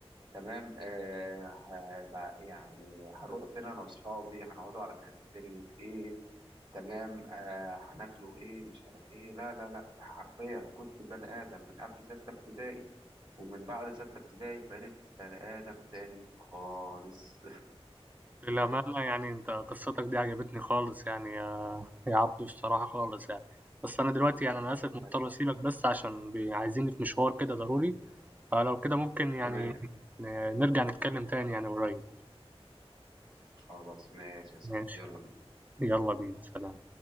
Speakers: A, on the right; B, on the right.
A: تمام آه ه- بقى- يعني هنروح فين انا واصحابي هنقعدوا على كافيتيريا ايه تمام آه هناكلوا ايه مش عارف ايه لا لا لا حرفيا كنت بني ادم من قبل ستة ابتدائي ومن بعد ستة ابتدائي بقيت بني ادم تاني خالص
B: للأمانة يعني أنت قصتك دي عجبتني خالص يعني يا عبدو الصراحة خالص يعني بس أنا دلوقتي يعني أنا
A: <laughs>
B: آسف مضطر أسيبك بس عشان بي- عايزيني في مشوار كده ضروري فلو كده ممكن يعني
A: تمام
B: ن- نرجع نتكلم تاني يعني قريب
A: خلاص ماشي يا صاحبي
B: ماشي
A: يلا
B: يلا بينا سلام